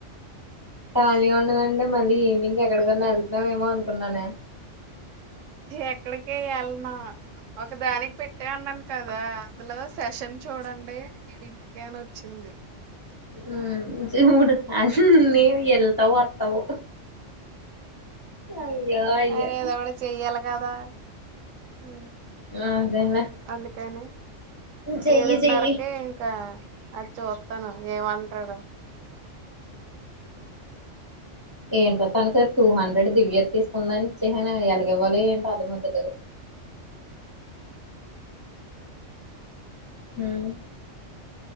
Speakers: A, on the left; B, on the right.
A: ఖాళీ ఉండదడే మళ్ళీ ఈవినింగ్ ఎక్కడికన్నా ఎల్తనవెమో అనుకున్నానే.
B: ఎక్కడికీ వెల్లను. ఒక దానిక్ పెట్ట అన్నాన్ కదా అందులో సెషన్ చూడండి వీడింటికనోచ్చింది. అే
A: మ్ ఇహ ఊడు అన్నీ వెళ్తావు వత్తావు అయ్యో అయ్యో
B: మరి ఏదోకటి చెయ్యాలి కదా ఉ
A: అదేలే
B: అందుకని
A: చెయ్యి
B: ఏడున్నరకిే
A: చెయ్యి
B: ఇంకా అద్ చూత్తను ఏమంటాడు.
A: ఏంటో తనకే టూ హండ్రెడ్ దివ్య తీసుకుందాని ఇచ్చసనే ఎల్గివ్వలి. <unintelligible> ఉమ్